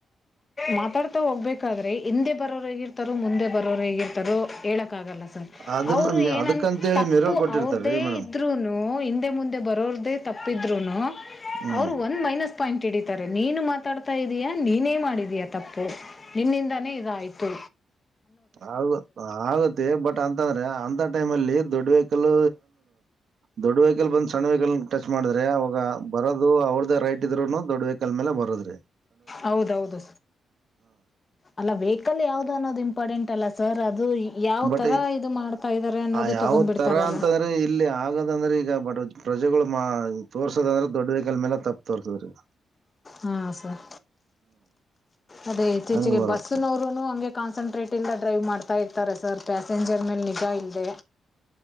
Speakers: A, on the left; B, on the right.
A: ಮಾತಾಡ್ತಾ ಹೋಗ್ಬೇಕಾದ್ರಿ ಹಿಂದೆ ಬರೋರ ಹಗ ಇರ್ತಾರೋ ಮುಂದೆ. ಬರೋರು ಹೇಗಿರ್ತಾರೋ. ಹೇಳೋಕ್ಕಾಗಲ್ಲ ಸರ್
B: ಅದನ್ನ
A: ಅವರು ಏನನ್ನ
B: ಅದಕ್ಕಂತೇಳಿ
A: ತಪ್ಪು
B: ಮಿರರ್ ಕೊಟ್ಟಿರ್ತಾರೀ
A: ಅವ್ರದೇ
B: ಮೇಡಮ್
A: ಇದ್ರೂ ಹಿಂದೆ ಮುಂದೆ ಬರೋ್ರದೇ ತಪ್ಪಿದ್ರೂ.
B: ಹ್ಮ್
A: ಅವರು ಒಂದು ಮೈನಸ್. ಪಾಯಿಂಟ್ ಹಿಡಿತಾರೆ ನೀನು ಮಾತಾಡ್ತಾ ಇದೀಯಾ ನೀನೇ ಮಾಡಿದೀಯ ತಪ್ಪು ನಿನ್ನಿಂದಾನೇ ಇದಾಯ್ತು.
B: ಆಗ ಆಗತ್ತೆ ಬಟ್ ಅಂತಂದ್ರೆ ಅಂತ ಟೈಮ್ ಅಲ್ಲಿ. ದೊಡ್ ವೆಹಕಲ್ ದೊಡ್ ವೆಹಕಲ್ ಬಂದ. ಸಣ್ ವೆಹಿಕಲ್ ಟಚ್ ಮಾಡಿದ್ರೆ ಅವಾಗ ಬರೋದು ಅವ್ರದೆ. ರೈಟ್ ಇದ್ರುನು ದೊಡ್ವೇಕಲ್ ಮೇಲೆ ಬರದ್ರಿ.
A: ಹೌದೌದು ಅಲ್ಲ ವೆಹಿಕಲ್ ಯಾವ್ದ ಅನ್ನೋದು ಇಂಪಾರ್ಟೆಂಟ್. ಇಲ್ಲ ಸರ್ ಅದು. ಯಾವ
B: ಬಟ್
A: ತರ ಇದು ಮಾಡ್ತಾ ಇದಾರೆ ಅನ್ನೋದು
B: ಯಾವ
A: ತಗೊಂಡ್ಬಿಡ್ತಾರಲ್ಲ
B: ತರ ಅಂತಂದ್ರೆ ಇಲ್ಲಿ ಆಗದಂದ್ರೆ ಈಗ ಬಟ್. ಪ್ರಜೆಗಳು ಮಾ ತೋರ್ಸದ ಅಂದ್ರೆ ದೊಡ್ಡ ವಕಲ್ ಮೇಲೆ ತಪ್ಪು ತೋರ್ಸದ್ರ ಈಗ.
A: ಹಾ ಸರ್ ಅದೇ ಇತ್ತೀಚೆಗೆ
B: ಹಂಗ್ ಬರತ್
A: ಬಸ್ಸನವರುೂನು ಹಗೆ ಕಾನ್ಸಂಟ್ರೇಟ್ ಇಲ್ದೆ ಡ್ರೈವ್ ಮಾಡ್ತಾ ಇರ್ತಾರೆ ಸರ್. ಪ್ಯಾಸೆಂಜರ್ ಮೇಲೆ ನಿಗಾ ಇಲ್ಲ್ದೆ.